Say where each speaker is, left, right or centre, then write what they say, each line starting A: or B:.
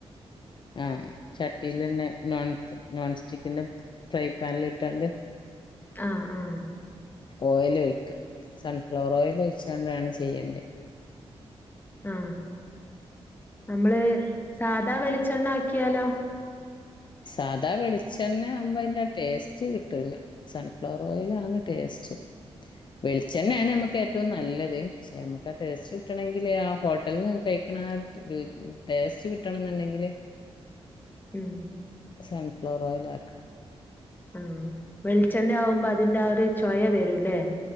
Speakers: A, on the left; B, on the left.
A: ആ ചട്ടിലെന്നെ നോൺ നോൺ സ്റ്റിക്കിന്റെ ഫ്രൈ പാനില്ട്ടാണ്ട്
B: ആ ആ
A: ഓയൽ ഒഴിക്ക സൺഫ്ലവർ ഓയിൽ ഒഴിച്ചാണ്ടാണ് ചെയ്യണ്ടിയെ
B: ആ നമ്മള് സാധാ വെളിച്ചെണ്ണ ആക്കിയാലോ
A: സാധാ വെളിച്ചെണ്ണ ആവുമ്പോ അയ്ന്റെ ടേസ്റ്റ് കിട്ടൂല സൺഫ്ലവർ ഓയിലാണ് ടേസ്റ്റ് ശ വെളിച്ചെണ്ണേണ് ഞമ്മക്കേറ്റവും നല്ലത് ക്ഷെ നമുക്ക് ആ ടേസ്റ്റ് കിട്ടണങ്കില് ആ ഹോട്ടൽന്ന് കഴി ആ രു ടേസ്റ്റ് കിട്ടണം ന്ന്ണ്ടെങ്കില്
B: ഉം
A: സൺഫ്ലോർ ഓയിൽ ആക്ക
B: ആ വെളിച്ചെണ്ണാവുമ്പോ അതിന്റെ ആ ഒരു ചൊയ വരൂലേ